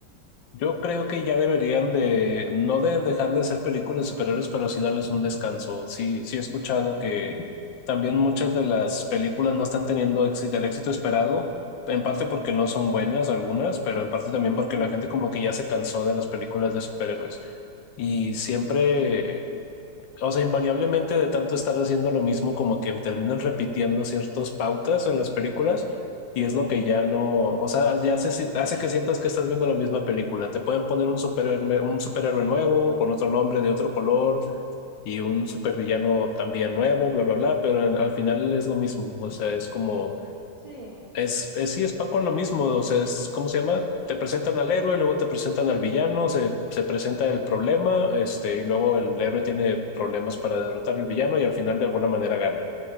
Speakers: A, on the left; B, on the right.
A: Yo creo que ya deberían de, no de dejar de hacer películas superiores, pero sí darles un descanso. Sí, sí he escuchado que también muchas de las películas no están teniendo éxito, el éxito esperado, en parte porque no son buenas algunas, pero en parte también
B: Ujú,
A: porque la gente como que ya se cansó de las películas de superhéroes. Y siempre O sea, invariablemente de tanto estar haciendo lo mismo, como que terminan repitiendo ciertas pautas en las películas y
B: Sí,
A: es
B: claro.
A: lo que ya no, o sea, ya hace, hace que sientas que estás viendo la misma película. Te pueden poner un superhéroe, un superhéroe nuevo, con otro nombre, de otro color y un supervillano también nuevo, bla, bla, bla, pero en- al final es lo mismo. O sea, es como
B: Sí.
A: es, es, sí, es pan con lo mismo, o sea, es, ¿cómo se llama? Te presentan al héroe, luego te presentan al villano, se, se presenta el problema, este, y luego el héroe tiene problemas para derrotar al villano y al final de alguna manera gana.